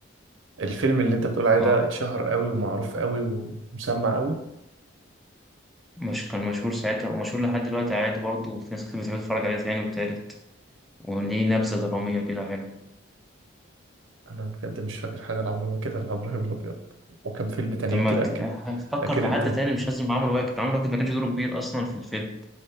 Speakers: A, on the right (about 70°); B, in the centre.
A: الفيلم اللي انت بتقول عليه
B: اه
A: ده اتشهر قوي ومعروف قوي ومسمع قوي
B: مش كان مشهور ساعتها ومشهور لحد دلوقتي عادي برضه وفي ناس كتير بتحب تتفرج عليه تاني والتالت وليه نبذة درامية كده حلوة
A: انا بجد مش فاكر حاجه لعمرو واكد غير عمرو الابيض وكم فيلم تانيين
B: طب ما
A: كده
B: ت-
A: اكيد
B: هتفكر
A: اكيد
B: في
A: انت
B: حد تاني مش لازم عمرو واكد عمرو واكد ما كانش دوره كبير أصلا في الفيلم